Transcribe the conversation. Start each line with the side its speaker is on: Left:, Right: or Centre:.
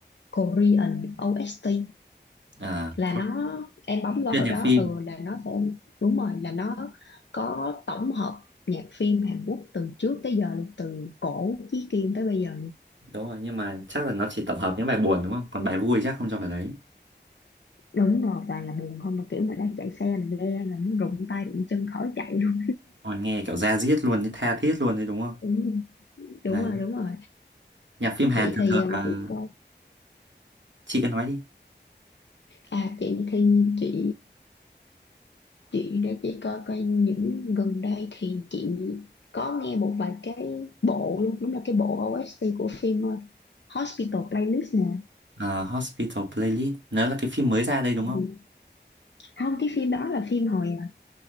Left: Korean OST
Right: à
Left: là nó em bấm vào
Right: chuyên nhạc
Left: đó
Right: phim
Left: ừ là nó sẽ đúng rồi là nó có tổng hợp nhạc phim Hàn Quốc từ trước tới giờ luôn từ cổ Chí Kim tới bây giờ
Right: Đúng rồi, nhưng mà chắc là nó chỉ tổng hợp những bài buồn đúng không? Còn bài vui chắc không cho vào đấy.
Left: đúng rồi toàn là buồn không mà kiểu mà đang chạy xe mà nghe là muốn rụng tay rụng chân khỏi chạy luôn
Right: Ôi, nghe kiểu da diết luôn, đấy, tha thiết luôn đấy đúng không?
Left: đúng, đúng
Right: Đấy.
Left: rồi đúng rồi
Right: Nhạc phim Hàn
Left: chị
Right: thường
Left: thì
Right: thường
Left: ờ, để
Right: là...
Left: chị coi
Right: Chị cứ nói đi.
Left: à chị thì chị chị để chị coi coi những gần đây thì chị có nghe một vài cái bộ luôn đúng là cái bộ OST của phim ờ, Hospital Playlist nè
Right: Ờ, Hospital Playlist, nó là cái phim mới ra đây đúng
Left: ừ.
Right: không?
Left: không cái phim đó là phim hồi ờ,